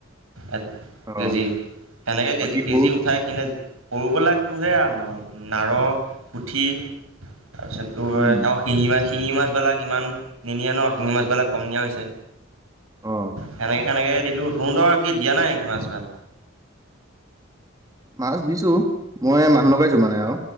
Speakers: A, on the right; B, on the right.
A: এক
B: অ
A: কেজি, সেনেকে
B: বাকী
A: কেজি -
B: সৰু
A: কেজি উঠাই কিনে সৰুবিলাকটোহে <unintelligible> নাৰ, পুঠি তাৰপিছত তোৰ,
B: উম
A: শিঙি মাছ - শিঙি মাছবিলাক ইমান নিনিয়ে ন'? শিঙি মাছবিলাক কম নিয়া হৈছে।
B: অ
A: সেনেকে, কেনেকে দিলোঁ। তহঁতৰ কি দিয়া নাই নেকি মাছ - মাছ?
B: মাছ দিছোঁ। মই মানুহ লগাইছোঁ মানে আৰু।